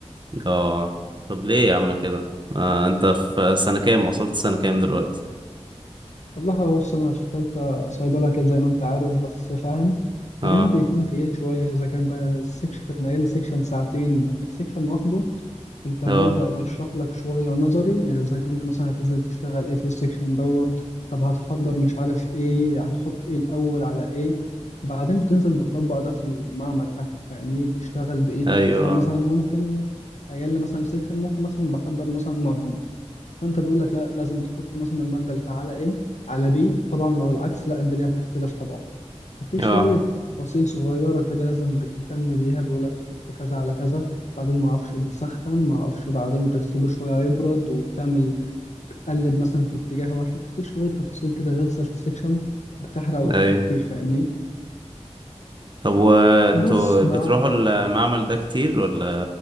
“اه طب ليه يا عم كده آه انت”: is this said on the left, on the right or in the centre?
Right